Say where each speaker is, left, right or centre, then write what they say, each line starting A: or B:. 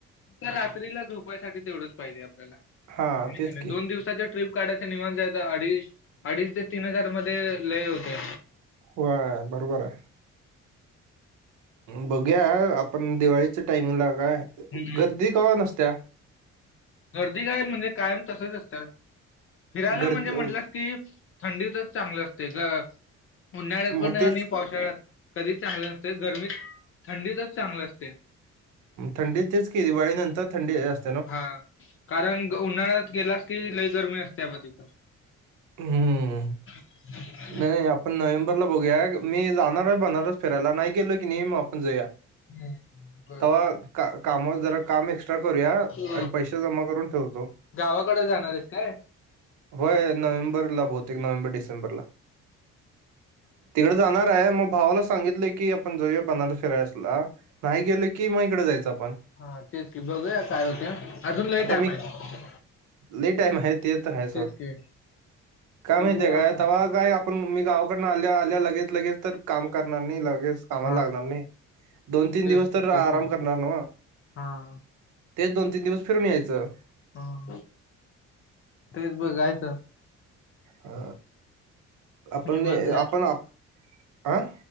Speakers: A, on the left (about 45°); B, on the right (about 75°).
A: त्या रात्रीला झोपायसाठी तेवढंच पाहिजे आपल्याला
B: हा
A: आणि
B: तेच
A: का नाही
B: की
A: दोन दिवस चा जे ट्रीप काढायचं निमान जायचं अडीस अडीच ते तीन हजार मध्ये लय होते.
B: होय बरोबर आहे. बघूया आपण दिवाळीचा टाइमिंगला काय
A: हम्म
B: गर्दी कवा नसत्या?
A: गर्दी काय म्हणजे कायम तसच असतात फिरायला
B: गर्दी
A: म्हणजे म्हटलंस की थंडीतच चांगलं असते गं उन्हाळ्यात
B: मग
A: पण नाय
B: तेच
A: आणि पावसाळ्यात कधी चांगलं नसते गरमीत थंडीतच चांगलं असते.
B: थंडी तेच केली दिवाळीनंतर थंडी अस
A: हा कारण उन्हाळ्यात गेलास कि लय गर्मी असत्या बा तिथं.
B: हम्म.
A: <unintelligible>
B: नाही आपण नोव्हेंबरला बघूया मी जाणार आहे बनारस फिरायला नाही गेलोय की नाही म आपण जाऊया.
A: हम्म. बर
B: तेव्हा का कामं जरा काम एक्स्ट्रा करूया
A: तू
B: आणि पैसे जमा करून ठेवतो.
A: गावाकडे जाणार आहेस काय?
B: होय नोव्हेंबरला बहुतेक नोव्हेंबर डिसेंबरला. तिकडे जाणार आहे म भावाला सांगितलं की आपण जाऊया बनारस फिरायसला. नाही गेलोय की मग इकडे जायचं आपण.
A: हा तेच की बघूया काय होते अजून लई
B: आता
A: टाईम
B: मी
A: आहे.
B: लई टाइम आहे ते तर आहे सोड
A: तेच की.
B: काय
A: बघूया
B: माहिती काय
A: आता.
B: तव्हा काय आप पण मी गावाकडनं आल्या आल्या लगेच लगेच तर काम करणार नाही लगेच कामाला
A: हा
B: लागणार नाही. दोन तीन
A: तेच
B: दिवस तर
A: ते
B: आराम
A: पण आहे.
B: करणार नवं.
A: हा.
B: ते दोन तीन दिवस फिरून यायचं.
A: हा. तेच बघायचं.
B: अ आपण
A: निवांत
B: ए आपण आप आं